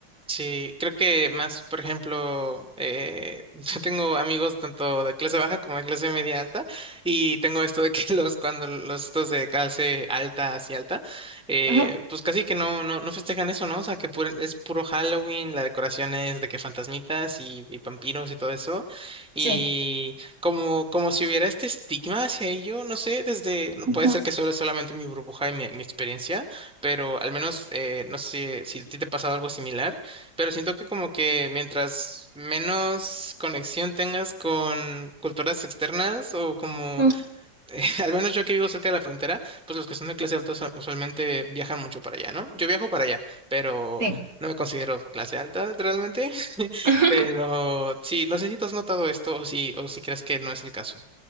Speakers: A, in the centre; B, on the right (about 50°).
A: Sí, creo que más, por ejemplo, eh, <laughs> yo tengo amigos tanto de clase baja como de clase media alta y tengo esto de que <laughs> los cuando los estos de clase alta hacia alta, eh,
B: Ujú,
A: pues casi que no, no, no festejan eso, ¿no? O sea, que pu- es puro Halloween, la decoración es de que fantasmitas y, y vampiros y todo eso y
B: Sí.
A: como, como si hubiera este estigma hacia ello, no sé, desde, no
B: Ujú,
A: puede ser que solo solamente mi burbuja y mi, mi experiencia, pero al menos eh, no sé si a ti te ha pasado algo similar pero siento que como que mientras menos conexión tengas con culturas externas o como,
B: ujú,
A: <laughs> al menos yo que vivo cerca de la frontera, pues los que son de clase alta usa- usualmente viajan mucho para allá, ¿no? Yo viajo para allá, pero
B: Sí.
A: no me considero clase alta realmente. <laughs>
B: <laughs>
A: Pero sí, no sé si tú has notado esto o si, o si crees que no es el caso.